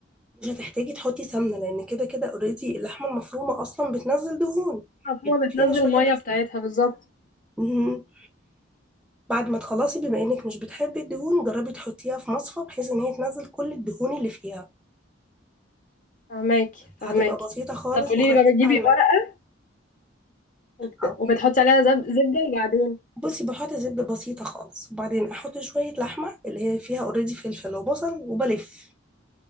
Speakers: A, in the centre; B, on the left.
A: مش هتحتاجي تحطي سمنة لأن كده كده اوريدي اللحمة المفرومة أصلا بتنزل دهون يبقى
B: هو بتنزل
A: فيها شوية
B: المية
A: دهون
B: بتاعتها بالظبط
A: مهم. بعد ما تخلصي بما إنك مش بتحبي الدهون جربي تحطيها في مصفى بحيث إن هي تنزل كل الدهون اللي فيها
B: فهماكي
A: هتبقى
B: فهماكي
A: بسيطة خالص
B: طب قولي
A: وخفيفة
B: لي بقى بتجيبي
A: على المعدة
B: ورقة وبت...
A: اه
B: وبتحطي عليها زب... زبدة وبعدين
A: بصي بحط زبدة بسيطة خالص وبعدين أحط شوية لحمة اللي هي فيها اوريدي فلفل وبصل وبلف